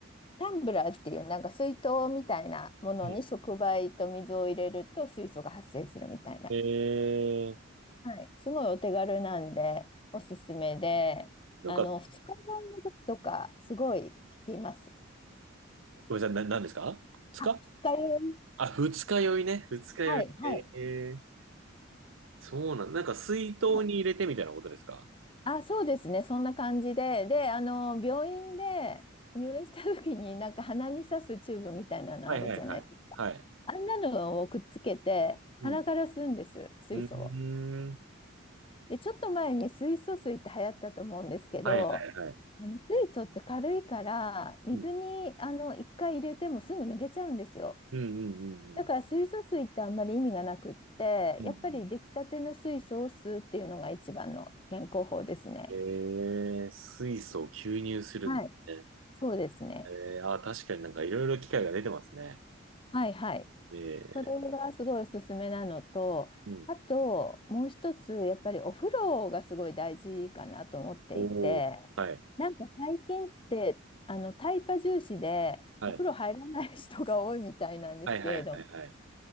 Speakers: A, on the left (about 25°); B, on the right (about 75°).
A: タンブラーっていうなんか水筒みたいなものに触媒と水を入れると水素が発生するみたいな。
B: うんえー、
A: はい、すごいお手軽なんで、おすすめで、
B: なんか、
A: あの、二日酔いの時とか、すごい効きます。
B: ごめんなさい、な、何ですか二日
A: あ、二日酔い。
B: あ、二日酔いね。二日酔い。
A: はい、はい、
B: えー、そうなん、なんか水筒に入れてみたいなことですか
A: はい。あ、そうですね、そんな感じで、で、あの、病院で入院した時に、なんか鼻に刺すチューブみたいなのあるじゃないですか。
B: はいはいはい。はい。
A: あんなのをくっつけて、
B: うん。
A: 鼻から吸うんです、水素を。
B: うーん。
A: で、ちょっと前に水素水って流行ったと思うんですけど、
B: はいはいはい。
A: あの水素って軽いから水にあの一回入れてもすぐ抜けちゃうんですよ。
B: うん。うんうんうんうん。
A: だから水素水ってあんまり意味がなくってやっぱり出来たての水素を吸うっていうのが一番の健康法ですね。
B: うんうんえー、水素を吸入するんだね。
A: はい。そうですね。
B: えー、あー、確かになんかいろいろ機械が出てますね。
A: はいはい。
B: え
A: それがすごいおすすめなのとあともう一つやっぱりお風呂がすごい大事かなと思っていて
B: ー、うん。おー、はい、
A: なんか最近ってあのタイパ重視でお風呂入らない人が多いみたいなんですけれど
B: はい、はい、はい、はい、はい、